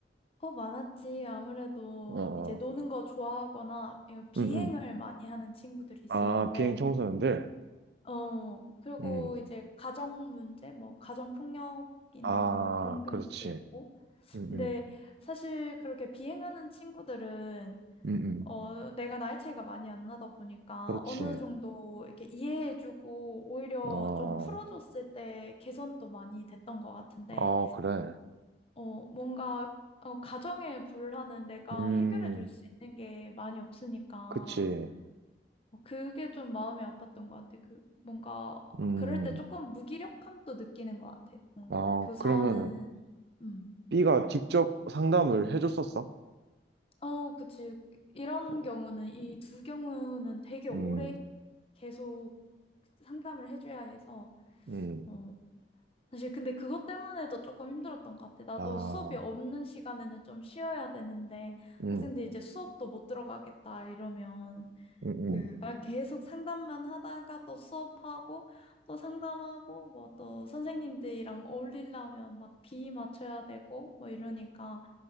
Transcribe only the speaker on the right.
어, 어.
음, 음.
아, 비행 청소년들?
음.
아,
그렇지.
음,
음.
음, 음.
그렇지.
어,
어, 그래.
음,
그치.
음,
아,
그러면은
B가 직접 상담을 해줬었어?
어,
음,
음,
아,
음,
음,
음.